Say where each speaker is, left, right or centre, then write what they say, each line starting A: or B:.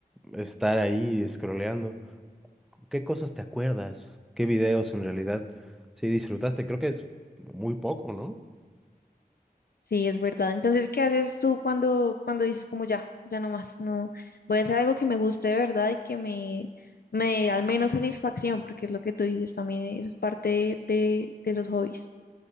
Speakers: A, in the centre; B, on the left.
A: estar ahí scrolleando? ¿Qué cosas te acuerdas? ¿Qué videos en realidad sí disfrutaste? Creo que es muy poco, ¿no?
B: Sí, es verdad. Entonces, ¿qué haces tú cuando, cuando dices como ya, ya no más, no, voy a hacer algo que me guste de verdad y que me, me dé al menos satisfacción, porque es lo que tú dices también, eso es parte de, de los hobbies.